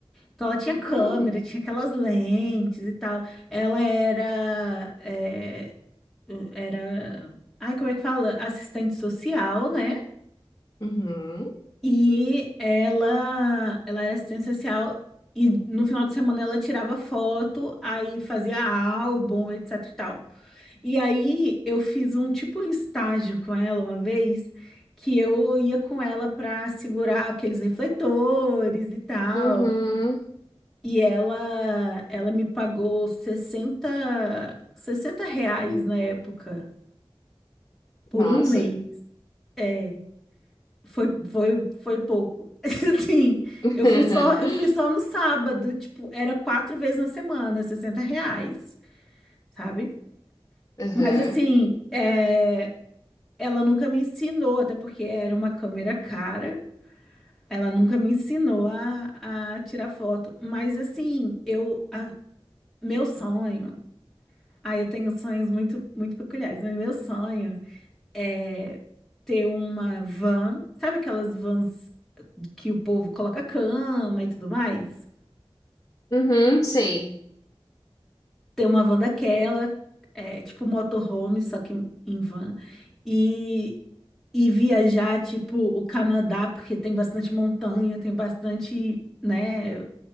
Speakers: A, in the centre; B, on the left.
A: Então ela tinha câmera,
B: Hum.
A: tinha aquelas lentes e tal. Ela era, é, era, ai, como é que fala? Assistente social, né?
B: Uhum.
A: E ela, ela era assistente social e no final de semana ela tirava foto, aí fazia álbum, etc e tal. E aí eu fiz um tipo um estágio com ela uma vez, que eu ia com ela para segurar aqueles refletores e tal.
B: Uhum.
A: E ela, ela me pagou 60, 60 reais na época por
B: Nossa.
A: um mês. É. Foi, foi, foi pouco. <laughs> Assim,
B: <laughs>
A: eu fui só, eu fui só no sábado, tipo, era quatro vezes na semana, 60 reais, sabe?
B: Uhum.
A: Mas assim, é, ela nunca me ensinou, até porque era uma câmera cara, ela nunca me ensinou a, a tirar foto. Mas assim, eu, a- meu sonho, ah eu tenho sonhos muito, muito peculiares, mas meu sonho é ter uma van, sabe aquelas vans que o povo coloca cama e tudo mais.
B: Uhum. Sei.
A: Tem uma van daquela, é, tipo motorhome, só que em em van. E, e viajar, tipo, o Canadá, porque tem bastante montanha, tem bastante, né,